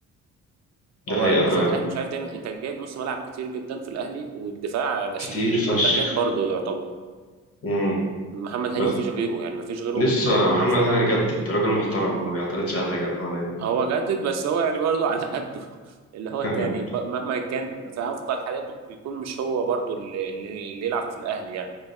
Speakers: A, on the left; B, on the right.
A: دي
B: هو
A: حقيقة
B: بالذات
A: فعلا
B: الاهلي مش عارف دايما انت جايب نص ملعب كتير جدا في الاهلي والدفاع ناسيه
A: كتير فشخ
B: والباكات برضه يعتبر
A: امم
B: محمد هاني
A: بس
B: مفيش غيره يعني مفيش غيره
A: لسه محمد
B: حرفيا
A: هاني جدد راجل محترم ما بيعترضش على حاجة محمد هاني
B: هو جدد بس هو يعني برضه على قده <laughs> اللي هو
A: <laughs>
B: أنت يعني ب- مهما كان في افضل حالاته بيكون مش هو برضه اللي, اللي اللي يلعب في الاهلي يعني